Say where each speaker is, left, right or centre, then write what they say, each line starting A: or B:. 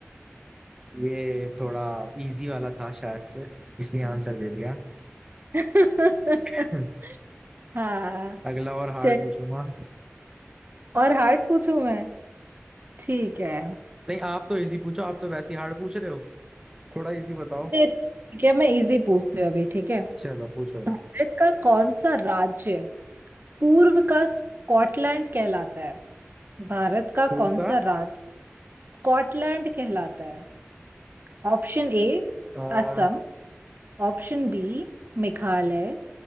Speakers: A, on the right (about 15°); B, on the right (about 45°).
A: ये थोड़ा इजी वाला था शायद से इसलिए आंसर दे दिया
B: <laughs>
A: <clears throat> <laughs>
B: हाँ
A: अगला और हार्ड
B: चल
A: पूछूंगा
B: और हार्ड पूछूं मैं ठीक है
A: नहीं आप तो इजी पूछो आप तो वैसे ही हार्ड पूछ रहे हो थोड़ा इजी बताओ
B: ये ठीक है मैं इजी पूछती हूँ अभी ठीक है
A: चलो पूछो
B: भारत का कौन सा राज्य पूर्व का स्कॉटलैंड कहलाता है भारत का
A: पूर्वा
B: कौन सा राज्य स्कॉटलैंड कहलाता है Option A
A: अ, हम्म
B: Assam option B Meghalaya